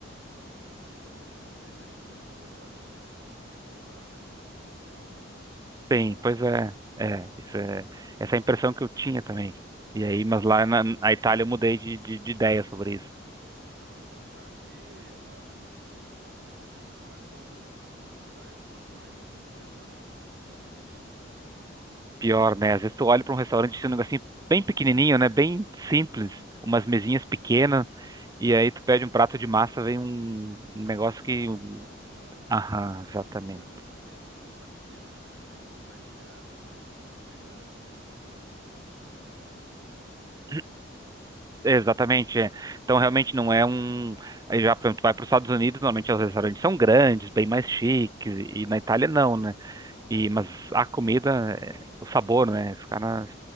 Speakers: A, on the right; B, on the right.
A: o vinho caseiro deles, mas é uma coisa horrorosa, parece um suco de uva com um pouco de álcool ali.
B: Tem, pois é, é, isso é, essa é a impressão que eu tinha também. E aí, mas
A: E
B: lá na, na Itália eu mudei de, de, de ideia sobre isso.
A: E sem contar que uma outra coisa que me chamou bastante atenção é como você vai, quanto mais simples o restaurante, mais gostosa a comida.
B: Pior, né? Às vezes tu olha para um restaurante e tem um negocinho bem pequenininho, né? Bem simples,
A: Sim,
B: umas mesinhas
A: sim,
B: pequenas, e aí tu
A: muito,
B: pede um prato de massa, vem um um negócio
A: uma
B: que...
A: coisa
B: um,
A: maravilhosa.
B: Aham,
A: E
B: exatamente.
A: muitas vezes as mesas não só pequenas, mas também compartilhadas, né? Sentei várias mesas com outros italianos ou outros turistas,
B: <clears throat>
A: assim.
B: É, Exatamente, é. Então realmente não é um. aí Já, por exemplo, tu vai para os Estados Unidos, normalmente os restaurantes são grandes, bem mais chiques, e na Itália não,
A: Sim,
B: né? E, mas a comida, é, o sabor, né? Os caras,